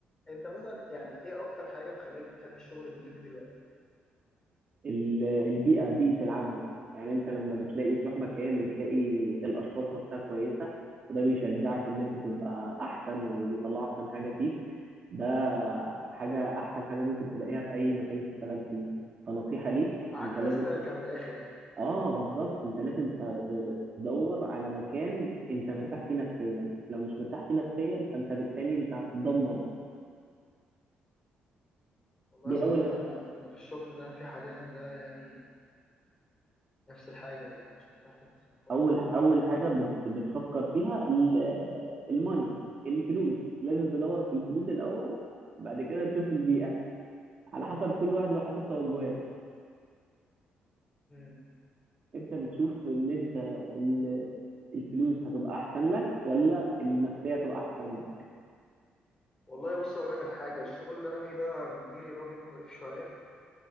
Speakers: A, on the left; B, on the right.
A: أنت مثلا يعني إيه أكتر حاجة مخليك بتحب الشغل اللي أنت فيه دلوقتي؟
B: ال- البيئة بيئة العمل يعني انت لما بتلاقي تروح مكان وتلاقي الاشخاص نفسها كويسة وده بيشجعك
A: امم
B: ان انت تبقى احسن وبيطلع احسن حاجة فيك ده حاجة احسن حاجة ممكن تلاقيها في اي مكان تشتغل فيه فنصيحة ليك
A: معاك
B: انت لازم
A: ناس سالكة من الآخر يعني
B: اه بالظبط انت لازم ت- ت- تدور على مكان انت مرتاح فيه نفسيا لو مش مرتاح فيه نفسيا فانت بالتالي انت هتتدمر
A: والله
B: دي
A: يا صاحبي
B: اول
A: أنا أنا في الشغل اللي أنا فيه حاليا ده يعني نفس الحاجة والله مش مرتاح فيه خالص
B: اول اول حاجه بت بتفكر فيها ال- الماني الفلوس لازم تدور في الفلوس الاول بعد كده تشوف البيئه على حسب كل واحد وحسب توجهاته
A: امم
B: انت بتشوف ان انت ال- الفلوس هتبقى احسن لك ولا النفسيه هتبقى احسن لك
A: والله بص اقول لك على حاجه الشغل اللي انا فيه ده مديري راجل مقرف شويه